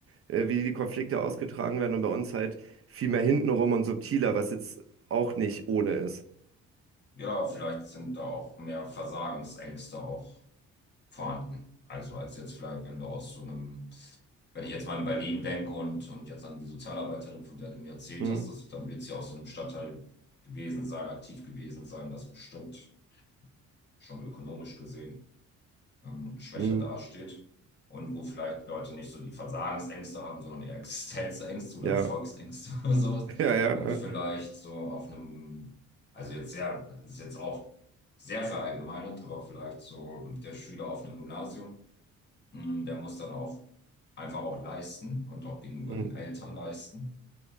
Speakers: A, on the right; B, on the left.
A: äh, wie die Konflikte ausgetragen werden. Und bei uns halt viel mehr hintenrum und subtiler, was jetzt auch nicht ohne ist.
B: Ja, vielleicht sind da auch mehr Versagensängste auch vorhanden. Also als jetzt vielleicht, wenn du aus so einem, wenn ich jetzt mal in Berlin denke und, und jetzt an die Sozialarbeiterin, von der du mir erzählt
A: Hm,
B: hast, dass, dann wird sie aus so einem Stadtteil gewesen sein, aktiv gewesen sein, das bestimmt schon ökonomisch gesehen ähm, schwächer
A: hm,
B: dasteht und wo vielleicht Leute nicht so die Versagensängste haben, sondern eher Existenzängste oder
A: ja,
B: Erfolgsängste <laughs> oder sowas.
A: <laughs> ja, ja.
B: Und vielleicht
A: äh,
B: so auf einem, also jetzt sehr, ist jetzt auch sehr verallgemeinert, aber vielleicht so der Schüler auf einem Gymnasium, mh, der muss dann auch einfach auch leisten und auch gegenüber
A: hm.
B: den Eltern leisten.